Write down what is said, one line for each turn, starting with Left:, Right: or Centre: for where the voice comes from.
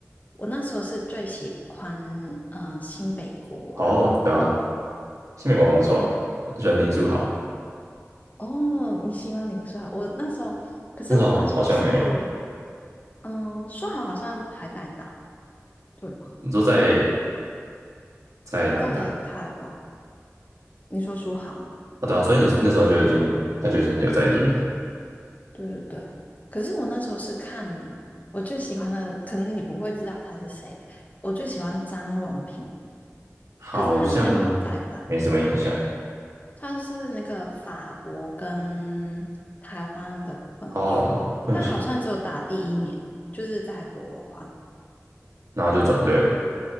Left: 我那时候是最喜欢嗯新北国王国王。
Right: 哦，对啊，西美国王不错啊，
Left: 对，
Right: 很喜欢林书豪，
Left: 哦，你喜欢林书豪？我那时候，可是我那时候是，
Right: 那种好像没有。
Left: 嗯，书豪好像还在打，对吗？
Right: 你说在在哪里打？
Left: 在台湾。你说书好吗？
Right: 啊对啊，所以你那时候就已经，他就已经有在里面了，
Left: 对对对。可是我那时候是看我最喜欢的，可能你不会知道他是谁。我最喜欢张文平，
Right: 好像
Left: 可是他现在没有在打，
Right: 没什么印象
Left: 他是那个法国跟台湾的混血，
Right: 哦，混血的，
Left: 他好像只有打第一年，就是在国华，
Right: 然后就转队了，